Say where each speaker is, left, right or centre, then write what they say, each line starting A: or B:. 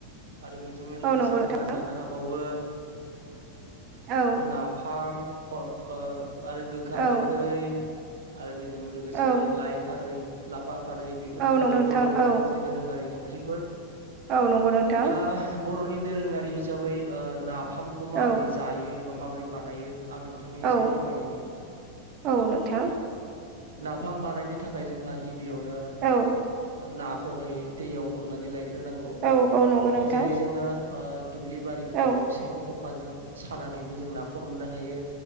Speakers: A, on the right (about 65°); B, on the right (about 35°).
A: आरो बेजोंनो लोगोसे
B: औ नंगौ नोंथां
A: जोंहा जानो हाबावो
B: औ
A: नाफाम आरो गोखा
B: औ
A: गोखै आरो बेजों लोगोसे
B: औ
A: लाइ खारै लाफा खारै बेफोरनो
B: औ
A: जाबाय
B: नंगौ नोंथां
A: बर'नि
B: औ
A: माखासे दोरोङारि ओंख्रि
B: औ नंगौ नोंथां
A: दा बर'नि दोरोङारि हिसाबै ना नाफाम खौ माब्रै
B: औ
A: एबा माबोरै बानायो आं नोंथांनि एसे
B: औ
A: फोरमायदिनि।
B: औ नोंथां
A: नाफाम बानायनो थाखाय जोंहा गिबियावनो
B: औ
A: ना खौहाय दैयाव हमनानै लायग्रोनांगौ
B: औ औ नंगौ नोंथां
A: जेरै जोङो। दुब्लि बारिफ्राव
B: औ
A: सेन खखाजों सानानैबो जों नाखौ मोननो हायो